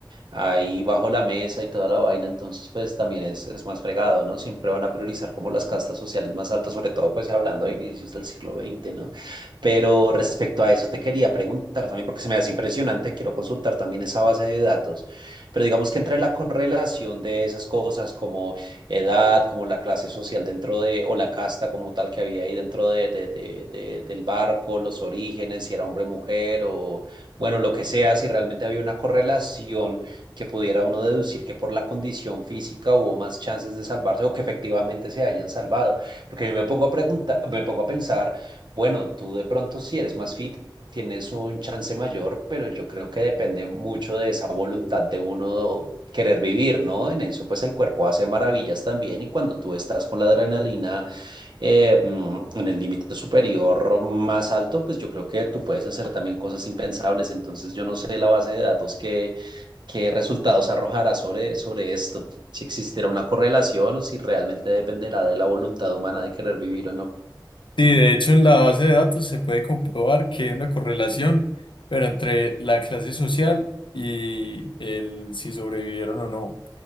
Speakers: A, on the right (about 65°); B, on the left (about 80°).
A: ahí bajo la mesa y toda la vaina, entonces pues también es, es más fregado, ¿no? Siempre van a priorizar como las castas sociales más altas, sobre todo pues hablando de inicios del siglo XX, ¿no? Pero respecto a eso te quería preguntar también, porque se me hace impresionante, quiero consultar también esa base de datos, pero digamos que entre la correlación de esas cosas como edad, como la clase social dentro de, o la casta como tal que había ahí dentro de, de- de- de- del barco, los orígenes, si era hombre o mujer, o bueno, lo que sea, si realmente había una correlación que pudiera uno deducir que por la condición física hubo más chances de salvarse o que efectivamente se hayan salvado. Porque yo me pongo a preguntar, me pongo a pensar, bueno, tú de pronto si eres más fit, tienes un chance mayor, pero yo creo que depende mucho de esa voluntad de uno querer vivir, ¿no? En eso pues el cuerpo hace maravillas también y cuando tú estás con la adrenalina eh, mm, en el límite superior más alto, pues yo creo que tú puedes hacer también cosas impensables. Entonces yo no sé la base de datos que, qué resultados arrojará sobre, sobre esto, si existirá una correlación o si realmente dependerá de la voluntad humana de querer vivir o no.
B: Sí, de hecho en la base de datos se puede comprobar que hay una correlación, pero entre la clase social y el si sobrevivieron o no.